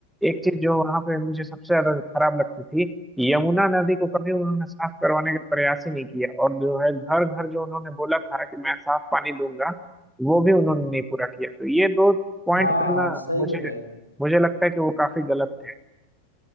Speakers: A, in the centre; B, on the left (about 85°).
A: एक चीज जो वहां पे मुझे सबसे ज्यादा खराब लगती थी यमुना नदी को कभी उन्होंने साफ करवाने का प्रयास ही नहीं किया और जो है घर घर जो उन्होंने बोला था कि मैं साफ पानी दूंगा वो भी उन्होंने नहीं पूरा किया तो ये दो पॉइंट
B: हाँ
A: पे
B: हाँ
A: ना
B: सही
A: मुझे
B: बोले हो तुम
A: मुझे लगता है कि वो काफी गलत थे